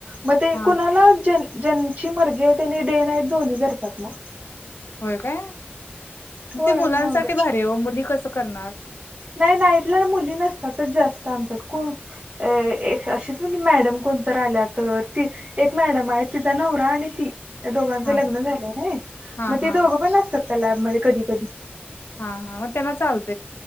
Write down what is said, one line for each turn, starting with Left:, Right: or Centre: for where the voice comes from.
Right: मग ते
Left: हा
Right: कणाला जे ज्यांची मर्जी आहे त्यांनी डे नाईट दोन्ही करतात मग
Left: होय काय
Right: होय
Left: ते मुलांसाठी
Right: मग
Left: भारी मुली कसं करणार
Right: नाही नाईटला मुली नसतात जास्त आमच्यातच एक अशीच मॅडम कोणत आल्या तर ती एक मॅडम आहे तिचा नवरा आणि ती दोघांचं
Left: हा
Right: लग्न झालंय ना
Left: हा
Right: मग ते
Left: हा
Right: दोघं पण असतात का लॅबमध्येध्ये कधी कधी
Left: हा हा मग त्यांना चालत